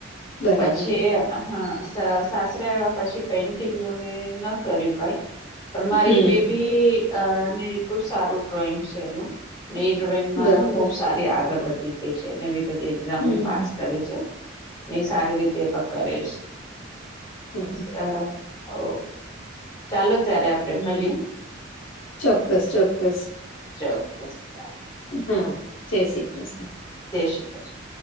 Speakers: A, on the left; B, on the left.
A: બરાબર
B: પછી એ અહ સાસરે આવ્યા પછી પેઇન્ટિંગ નુંને ન કર્યું કઈ પણ મારી
A: હમ
B: બેબી એ ને એટલું સારું ડ્રોઈંગ છે એનું એ ડ્રોઈંગ માં
A: બરાબર
B: બહુ સારી તે આગળ વધી ગઈ છે ને એ બધી એક્ઝામને
A: હમ
B: કરે છે. નહી સારી રીતે એ પણ કરેશ
A: હમ
B: અ ઓ ચાલો ત્યારે આપડે મલે
A: ચોક્કસ ચોક્કસ
B: ચોક્કસ ચાલ
A: હમ જય શ્રી કૃષ્ણ
B: જય શ્રી કૃષ્ણ